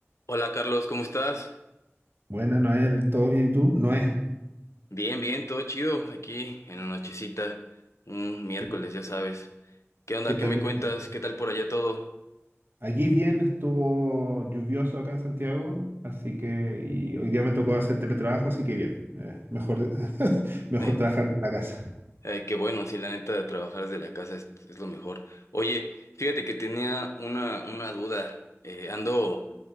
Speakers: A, on the left; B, on the right.
A: Hola Carlos, ¿cómo estás?
B: Buenas, Noel, ¿todo bien y tú? Noé,
A: Bien, bien, todo chido aquí en la nochecita, un miércoles,
B: ¿qué,
A: ya sabes. ¿Qué onda?
B: qué tal
A: ¿Qué me
B: está?
A: cuentas? ¿Qué tal por allá todo?
B: Aquí bien, estuvo lluvioso acá en Santiago, así que y hoy día me tocó hacer teletrabajo, así que bien, eh, mejor, <laughs> mejor
A: Eh,
B: trabajar en la casa.
A: eh, qué bueno, sí, la neta de trabajar desde la casa es, es lo mejor. Oye, fíjate que tenía una, una duda. Eh, ando